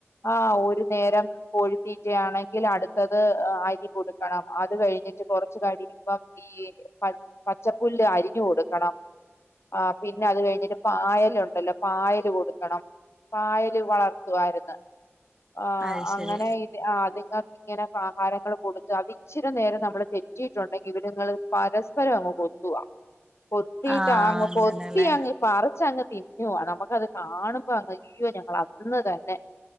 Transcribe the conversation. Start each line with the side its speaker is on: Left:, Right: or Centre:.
Left: ആ ഒരു നേരം കോഴിത്തീറ്റയാണെങ്കിൽ അടുത്തത് അരി കൊടുക്കണം അത് കഴിഞ്ഞിട്ട് കൊറച്ച് കഴിയിമ്പം ഈ പ പച്ചപ്പുല്ല് അരിഞ്ഞു കൊടുക്കണം ആ പിന്നെ അത് കഴിഞ്ഞിട്ട് പായലു ണ്ടല്ലോ പായല് കൊടുക്കണം പായല് വളർത്തു വാരുന്ന ആ
Right: അത് ശരി
Left: അങ്ങനെ ഇത് അതിങ്ങ ഇങ്ങനെ ആഹാരങ്ങൾ കൊടുത്ത് അത് ഇച്ചിരി നേരം നമ്മള് തെറ്റിയിട്ടുണ്ടെങ്കി ഇവരിങ്ങള് പരസ്പരം അങ്ങ് കൊ ക്കുവ കൊത്തിട്ടാങ്ങ്
Right: ആഹ് അങ്ങനെല്ലേ
Left: കൊത്തി അങ്ങ് പറിച്ച് അങ്ങ് തി നമുക്കത് കാണുമ്പോ അങ്ങ് അയ്യോ ഞങ്ങൾ അന്ന് തന്നെ